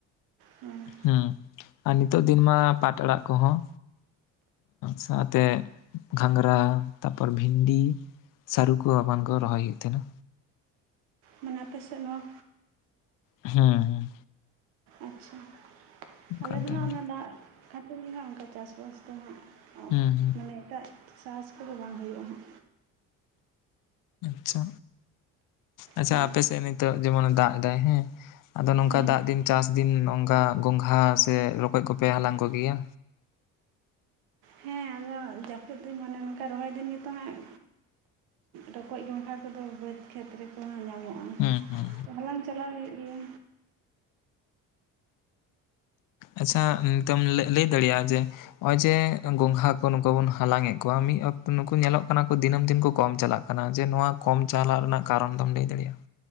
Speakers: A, on the right; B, on the left.
A: ᱦᱮᱸ
B: ᱦᱩᱸ ᱟᱨ ᱱᱤᱛᱚᱜ ᱫᱤᱱ ᱢᱟ ᱯᱟᱴ ᱟᱲᱟᱜ ᱠᱚᱦᱚᱸ ᱥᱟᱶ ᱛᱮ ᱜᱷᱟᱸᱝᱜᱨᱟ ᱛᱟᱯᱚᱨ ᱵᱷᱤᱱᱰᱤ ᱥᱟᱨᱩ ᱠᱚ ᱮᱢᱟᱱ ᱠᱚ ᱨᱚᱦᱚᱭ ᱦᱩᱭᱩᱜ ᱛᱟᱦᱮᱱᱟ
A: ᱢᱟᱱᱮ ᱟᱯᱮ ᱥᱮᱫ ᱱᱚᱣᱟ
B: ᱦᱩᱸ ᱦᱩᱸ
A: ᱟᱪᱪᱷᱟ
B: ᱚᱱᱠᱟᱱ
A: ᱟᱞᱮ ᱫᱚ
B: ᱴᱟᱭᱤᱢ
A: ᱦᱟᱸᱜ ᱚᱱᱟ
B: ᱨᱮ
A: ᱫᱟᱜ ᱠᱷᱟᱹᱛᱤᱨ ᱜᱮ ᱦᱟᱸᱜ ᱚᱱᱠᱟ ᱪᱟᱥ ᱵᱟᱥ ᱫᱚ ᱦᱟᱸᱜ
B: ᱦᱩᱸ ᱦᱩᱸ
A: ᱢᱟᱱᱮ ᱮᱴᱟᱜ ᱪᱟᱥ ᱠᱚᱫᱚ ᱵᱟᱝ ᱦᱩᱭᱩᱜᱼᱟ ᱦᱟᱸᱜ
B: ᱟᱪᱷᱟ ᱟᱪᱷᱟ
A: ᱦᱮᱸ
B: ᱟᱯᱮ ᱥᱮᱫ ᱱᱤᱛᱚᱜ ᱡᱮᱢᱚᱱᱮ ᱫᱟᱜ ᱫᱟᱭ ᱦᱮᱸ ᱟᱫᱚ ᱱᱚᱝᱠᱟ
A: ᱦᱮᱸ
B: ᱫᱟᱜ ᱫᱤᱱ ᱪᱟᱥ ᱫᱤᱱ ᱱᱚᱝᱠᱟ ᱜᱚᱝᱜᱷᱟ ᱥᱮ ᱨᱚᱠᱚᱡ ᱠᱚᱯᱮ ᱦᱟᱞᱟᱝ ᱠᱚᱜᱮᱭᱟ?
A: ᱦᱮᱸ ᱟᱫᱚ ᱡᱟᱹᱯᱩᱫ ᱫᱤᱱ ᱢᱟᱱᱮ ᱱᱚᱝᱠᱟ ᱨᱚᱦᱚᱭ ᱫᱤᱱ ᱜᱮᱛᱚ ᱦᱟᱸᱜ ᱨᱚᱠᱚᱡ ᱜᱚᱸᱝᱜᱷᱟ ᱠᱚᱫᱚ ᱵᱟᱹᱫᱽ ᱠᱷᱮᱛ ᱨᱮᱠᱚ ᱠᱚ ᱧᱟᱢᱚᱜᱼᱟ
B: ᱦᱩᱸ ᱦᱩᱸ
A: ᱛᱚ ᱦᱟᱞᱟᱝ ᱪᱟᱞᱟᱣ ᱦᱩᱭᱩᱜ ᱜᱮᱭᱟ
B: ᱟᱪᱪᱷᱟ ᱱᱤᱛᱚᱢ ᱞᱟᱹᱭ ᱫᱟᱲᱮᱭᱟᱜᱼᱟ ᱡᱮ ᱱᱚᱜᱼᱚᱭ ᱡᱮ ᱜᱚᱝᱜᱷᱟ ᱠᱚ ᱱᱩᱠᱩ ᱵᱚᱱ ᱦᱟᱞᱟᱝ ᱮᱫ ᱠᱚᱣᱟ ᱢᱤᱫ ᱚᱠᱛᱚ ᱱᱩᱠᱩ ᱧᱮᱞᱚᱜ ᱠᱟᱱᱟ ᱠᱚ ᱫᱤᱱᱟᱹᱢ ᱫᱤᱱ ᱠᱚ ᱠᱚᱢ ᱪᱟᱞᱟᱜ ᱠᱟᱱᱟ ᱡᱮ ᱱᱚᱣᱟ ᱠᱚᱢ ᱪᱟᱞᱟᱜ ᱨᱮᱱᱟᱜ ᱠᱟᱨᱚᱱ ᱫᱚᱢ ᱞᱟᱹᱭ ᱫᱟᱲᱮᱭᱟᱜᱼᱟ